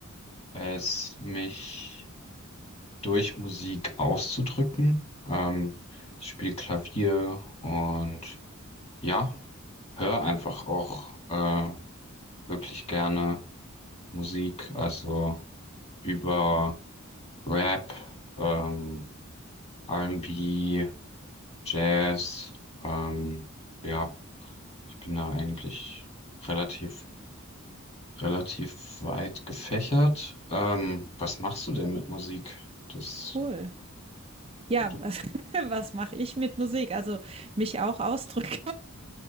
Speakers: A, on the left; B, on the right.
A: es, mich durch Musik auszudrücken. Ähm, ich spiele Klavier und ja, höre einfach auch äh, wirklich gerne Musik. Also über Rap, ähm, R&B, Jazz, ähm, ja, ich bin da eigentlich relativ, relativ weit gefächert. Ähm, was machst du denn mit Musik? Das
B: Cool. Ja,
A: würde.
B: <laughs> was mache ich mit Musik? Also mich auch ausdrücken.